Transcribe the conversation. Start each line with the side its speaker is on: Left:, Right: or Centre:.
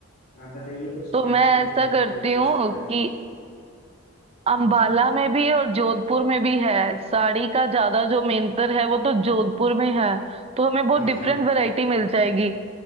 Left: आप बताइए कुछ
Right: तो
Left: क्या
Right: मैं
Left: क्या
Right: ऐसा
Left: पहना
Right: करती
Left: जा, जा
Right: हूँ
Left: सकता है
Right: कि अंबाला
Left: जी
Right: में भी और जोधपुर में भी है साड़ी का ज्यादा जो मेंटर है वो तो जोधपुर में है तो हमें बहुत
Left: हाँ
Right: डिफरेंट
Left: हाँ
Right: वैरायटी मिल जाएगी